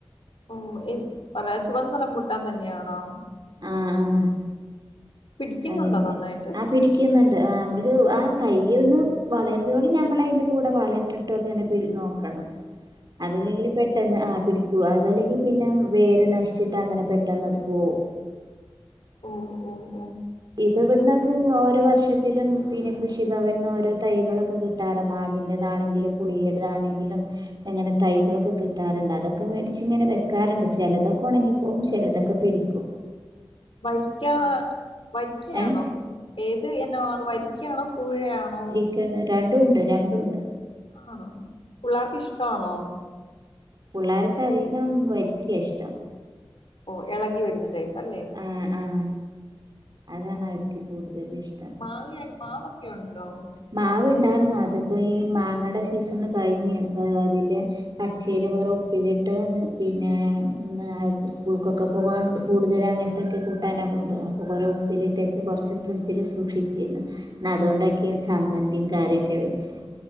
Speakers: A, on the left (about 75°); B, on the right (about 50°).
A: ഓ എ കുറെ ചുവന്ന റംമ്പൂട്ടാൻ തന്നെയാണോ?
B: ആഹ് ആഹ്
A: പിടിക്കുന്നുണ്ടോ
B: അങ്ങൻതെ
A: നന്നായിട്ട്
B: അഗ് പിടിക്കുന്നുണ്ട്. ആഹ് നമ്മള് ആ തയ്യന്ന് വളരോളം നമ്മള അയിൻ്റെ കൂടെ വളട്ടും ട്ടോ ഒക്കെ എന്നെ പിയി നോക്കണം
A: <unintelligible>
B: അതല്ലെങ്കിൽ പെട് പെട്ടെന്ന് ആ പിടിക്കൂ. അതല്ലെങ്കി പിന്നെ വേര് നശിച്ചിട്ട് അങ്ങനെ പെട്ടെന്ന് അത് പോവും.
A: ഓഹ് ഓഹ്
B: ഇത് ഇവിടുന്നൊക്കെ ഓരോ വർഷ ത്തിലും പിന്നെ കൃഷിഭവൻന്ന് ഓരോ തൈകളൊക്കെ കിട്ടാറ് മാവിൻ്റെതാണെങ്കിലും, പുളിയട്താണെങ്കിലും, അങ്ങനെ തൈകളൊക്കെ കിട്ടാറുണ്ട്. അതൊക്കെ മേടിച്ച് ഇങ്ങനെ വെക്കാറുണ്ട് ചിലതൊക്കെ ഉണങ്ങിപോ വും ചെലത്തൊക്കെ പിടിക്കൂം
A: വരിക്ക വരിക്കയാണോ?
B: ഏ
A: ഏത് ഇനോണ് വരിക്ക വരിക്കാണോ? പൂഴയാണോ?
B: ക്ക് രണ്ടും ഉണ്ട്, രണ്ടും ഉണ്ട്.
A: ആണോ? പുള്ളേർക്ക് ഇഷ്ടണോ?
B: പുള്ളാർക്ക് അധികം വരിക്ക ഇഷ്ടം.
A: ഓ എളകി വരുന്ന ടൈപ്പ് അല്ലേ?
B: ആഹ് ആഹ്. അതാണ് അവർക്ക് കൂടുതല് ഇഷ്ടം.
A: മാങ്ങയ മാവൊക്കെ ഉണ്ടോ?
B: മാവ് ഇണ്ടാര്ന്നു അതിപ്പോ ഈ മാങ്ങയുടെ സീസൺ കഴിഞ്ഞ് പ്പ അതില് പച്ചയില് കുറെ ഉപ്പിലിട്ട്. പിന്നെ ന്ന് സ്കൂൾക്കൊക്കെ പോകാൻ കൂടുതല അങ്ങ ത്തൊക്കെ കൂട്ടാന കൊണ്ടോവ. അപ്പോൾ കുറേ ഉപ്പിലിട്ടേച് കൊറച്ച് ഫ്രഡ്ജിൽ സൂക്ഷിച്ചിര്ന്ന് ന്ന അതുകൊണ്ട ക്ക ചമ്മതി കറിയൊക്കെ വെച്ച്ണ്.